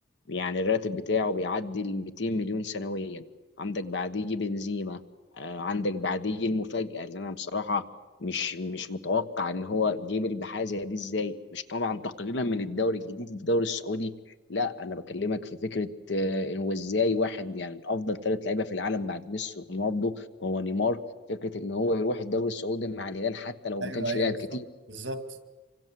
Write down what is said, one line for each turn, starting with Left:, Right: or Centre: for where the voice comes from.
Left: يعني الراتب بتاعه بيعدي ال 200 مليون سنويا عندك بعديه يجي بنزيما آه، عندك بعديه يجي المفاجأة اللي انا بصراحة مش مش متوقع ان هو جيبل بحاجة زي دي ازاي مش طبعا تقليلا من الدوري الجديد للدوري السعودي لا انا بكلمك في فكرة آه، إن هو ازاي واحد يعني من افضل ثلاث لعيبة في العالم بعد ميسي ورونالدو وهو نيمار فكرة ان هو يروح الدوري السعودي مع الهلال حتى لو
Right: ايوه
Left: ما كانش
Right: ايوه
Left: لاعب
Right: بالظبط
Left: كتير
Right: بالظبط